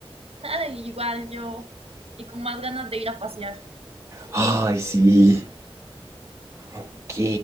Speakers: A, on the right (about 85°); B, on the right (about 30°).
A: Ay, igual yo. Y con más ganas de ir a pasear.
B: Ay, sí. Ok.